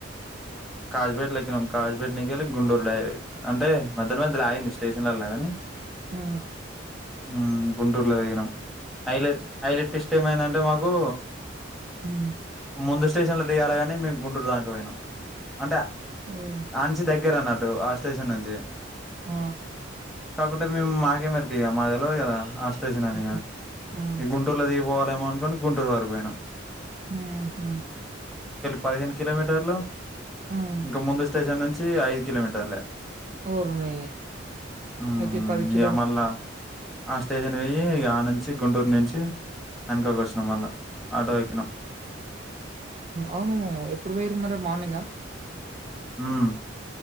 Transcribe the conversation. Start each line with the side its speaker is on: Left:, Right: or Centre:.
Centre: కాజుపేట లెక్కినాం కాజుపేట నుంచి గుంటూరు డైరెక్ట్ అంటే మధ్య మధ్యలో ఆగింది స్టేషన్లల్ల కాని
Right: మ్
Centre: మ్ గుంటూరు లొ దిగినం ఐలెట్ ఐలెట్ ఏమైందంటే మాకు
Right: మ్
Centre: ముందు స్టేషన్లో దిగాాలగాని మేము గుంటూరు దాంక పోయినాము అంటే
Right: అయ్యో!
Centre: అంచి దగ దగ్గర అన్నట్టు ఆ స్టేషన్ నుంచి
Right: ఆ
Centre: కాకుంటే మేము మాకే మరకయ మాకు తెల్వదు కదా స్టేషన్ అని
Right: హ్మ్. హ్మ్.
Centre: ఈ గుంటూరులో దిగి పోవలేమ అనుకోని గుంటూరు వరకు పోనాం
Right: మ్ హు
Centre: పదిహేను కిలోమీటర్లు
Right: హ్మ్.
Centre: ఇంకా ముందు స్టేషన్ నుంచి ఐదు కిలోమీటర్లే
Right: ఓరిని
Centre: హ్మ్
Right: అయితే పది కిలోమీర్
Centre: ఇగ మళ్ళా ఆ స్టేషన్ వెయ్యి ఆ నుంచి గుంటూరు నుంచి వెనుకోక వచ్చినాం మళ్ళా ఆటో ఎక్కినాం
Right: అవును ఎప్పుడు పోయరు మరి మార్నింగ
Centre: మ్మ్